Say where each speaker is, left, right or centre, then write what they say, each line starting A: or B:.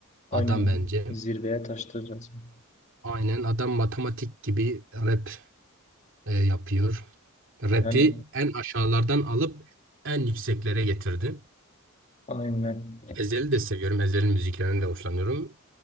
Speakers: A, on the left; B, on the right.
A: Aynen
B: adam bence.
A: zirveye taştı resmen.
B: Aynen adam matematik gibi rap e, yapıyor. Rap'i
A: Yani
B: en aşağılardan alıp en yükseklere getirdi.
A: aynen.
B: Ezhel'i de seviyorum. Ezhel'in müziklerinden de hoşlanıyorum.